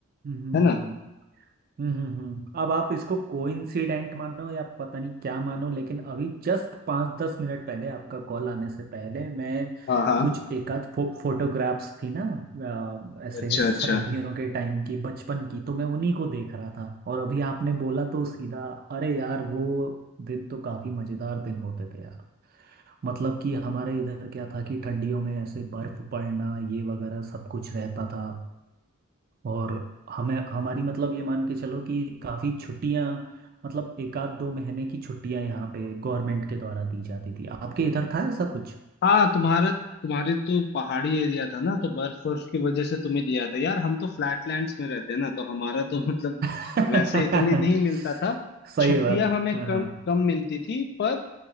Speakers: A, on the right; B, on the left.
A: हम्म हम्म,
B: है
A: हम्म,
B: ना
A: हम्म। हम्म हम्म हम्म। अब आप इसको कोइंसिडेंट मानो या पता नहीं क्या मानो लेकिन अभी जस्ट पाँच दस मिनट पहले आपका कॉल आने से पहले मैं
B: हाँ हाँ
A: कुछ एकाध फो, फोटोग्राफ्स थी ना अ, ऐसे
B: अच्छा
A: सर्दियों
B: अच्छा
A: के टाइम की बचपन की तो मैं उन्हीं को देख रहा था और अभी आपने बोला तो सीधा अरे यार वो दिन तो काफी मजेदार दिन होते थे यार मतलब कि हमारे इधर क्या था कि ठंडियों में ऐसे बर्फ पड़ना ये वगैरह सब कुछ रहता था और हमें हमारी मतलब ये मान के चलो कि काफ़ी छुट्टियां मतलब एक आध दो महीने की छुट्टियां यहाँ पे गवर्नमेंट के द्वारा दी जाती थी आपके इधर था ऐसा कुछ
B: हाँ तुम्हारा तुम्हारे तो पहाड़ी एरिया था ना तो बर्फ बर्फ की वजह से तुम्हें दिया था यार हम तो फ्लैटलैंड्स में रहते हैं ना तो हमारा तो <laughs> मतलब
A: <laughs>
B: वैसे इतने नहीं मिलता था
A: सही
B: छुट्टियां
A: बात
B: हमें
A: हाँ
B: कम
A: हाँ
B: कम मिलती थी पर